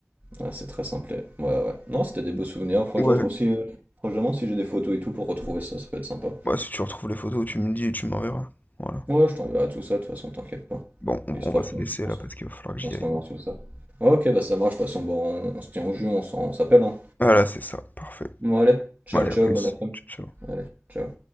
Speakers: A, on the right; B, on the left.
A: Ouais, c'est très simplé. Ouais, ouais. Non, c'était des beaux souvenirs. Faudrait
B: Ouais,
A: que je retrouve si. euh, Faudrait que je demande si j'ai des photos et tout pour retrouver ça, ça peut être sympa.
B: bah, si tu retrouves les photos, tu me dis et tu m'enverras. Voilà.
A: Ouais, je t'enverrai tout ça, de toute façon, t'inquiète pas.
B: Bon, on
A: Histoire
B: on va se
A: qu'on
B: laisser
A: on
B: là
A: se,
B: parce qu'il va falloir que
A: on
B: j'y
A: se
B: aille.
A: revoit
B: moi.
A: sur ça. Ouais, ok, bah ça marche, de toute façon, bon, on, on se tient au jus, on s'en- on s'appelle, hein.
B: Voilà, c'est ça, parfait.
A: Bon, allez, ciao,
B: bon Allez,
A: ciao,
B: à plus.
A: bon après-midi.
B: ciao tcha
A: Allez, ciao.